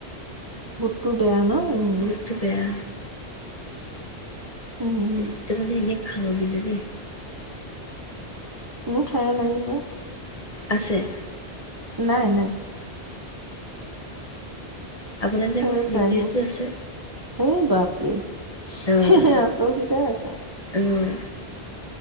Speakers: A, on the right; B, on the left.
A: বুটতো বেয়া ন'? উম
B: বুটতো বেয়া।
A: উম উম
B: তাৰ মানে এনেই খাওঁ, কিন্তু দেই,
A: মোৰ থাইৰড নাই নহয়।
B: আছে ।
A: নাই-নাই।
B: আপোনাৰ যে আকৌ
A: আৰু
B: শ্লিপ
A: তাই
B: ডিচটো
A: মোক
B: আছে
A: এ বাপৰে
B: অ',
A: হে-হে আচল কিটাই আছে ।
B: অ',